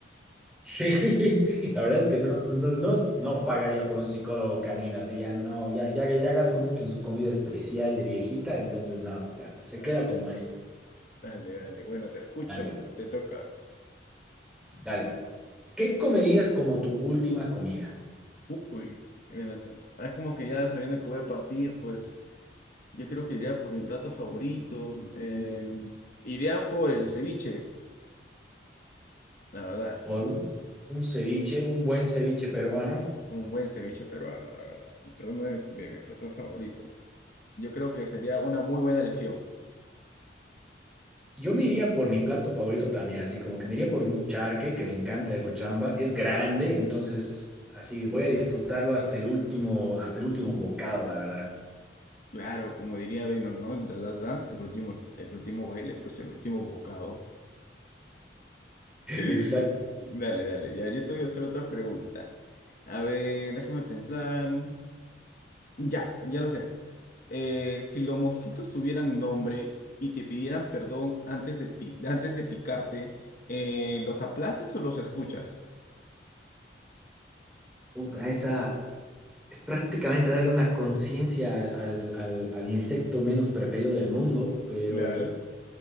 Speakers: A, in the centre; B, on the left (about 45°).
A: Sí, <laughs> la verdad es que no, no, no, no no pagaría por un psicólogo canino, así ya no, ya, ya, ya gasto mucho en su comida especial de viejita, entonces nada, ya, se
B: Dale,
A: queda como es.
B: dale, dale. Bueno, te escucho,
A: Dale,
B: te toca.
A: dale. ¿Qué comerías como tu última comida?
B: Uy. Bueno, es es como que ya sabiendo que voy a partir, pues. Yo creo que iría por mi plato favorito. eh, iría por el ceviche, la verdad.
A: Por un ceviche, un buen ceviche peruano.
B: Un buen ceviche peruano, la verdad. Pero uno de, de mis platos favoritos. Yo creo que sería una muy buena elección.
A: Yo me iría por mi plato favorito también, así como que me iría por un charque que me encanta de Cochabamba, es grande, entonces así voy a disfrutarlo hasta el último, hasta el último bocado, la verdad.
B: Claro, como diría Venus, ¿no? The Last Dance, el último, el último baile, pues el último bocado.
A: <laughs> Exacto.
B: <laughs> Dale, dale. Ya, yo te voy a hacer otra pregunta. A ver, déjame pensar. Ya, ya lo sé. eh, si los mosquitos tuvieran nombre y te pidieran perdón antes de, pi- antes de picarte, eh, ¿los aplaces o los escuchas?
A: Puta, esa es prácticamente darle una conciencia al, al- al insecto menos preferido del mundo, pero,
B: Claro,